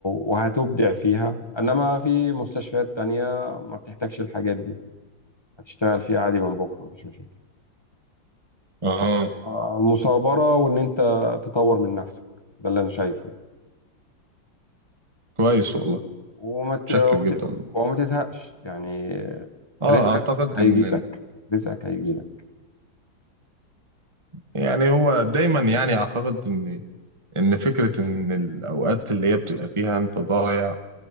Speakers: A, on the left (about 20°); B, on the right (about 15°).
A: وهتبدع فيها انما في مستشفيات تانية ما بتحتاجش الحاجات دي هتشتغل فيها عادي من بكرة مفيش مشاكل
B: اها
A: فالمثابرة وان انت تطور من نفسك ده اللي انا شايفه يعني.
B: كويس والله
A: وما ت...
B: متشكر
A: وت-
B: جدا
A: وما تزهقش يعني
B: اه
A: رزقك
B: اعتقد
A: هيجي
B: ان
A: لك
B: ال-
A: رزقك هيجي لك
B: يعني هو دايما يعني اعتقد ان ان فكرة ان الاوقات اللي هي بتبقى فيها انت ضايع